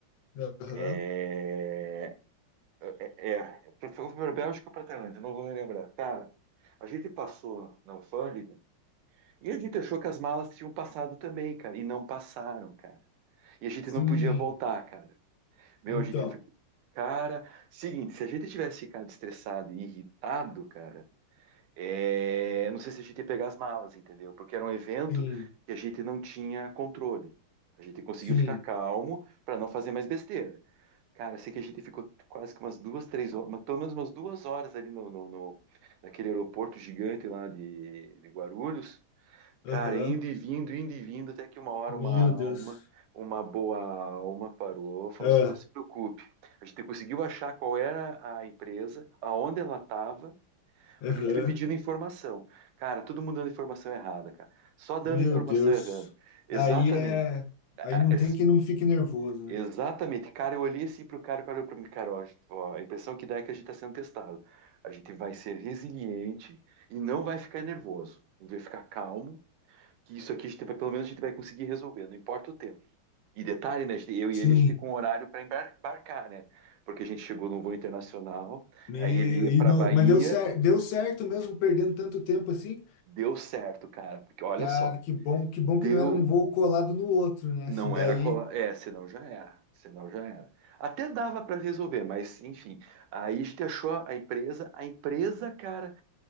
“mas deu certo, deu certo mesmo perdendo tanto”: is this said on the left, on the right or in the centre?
Left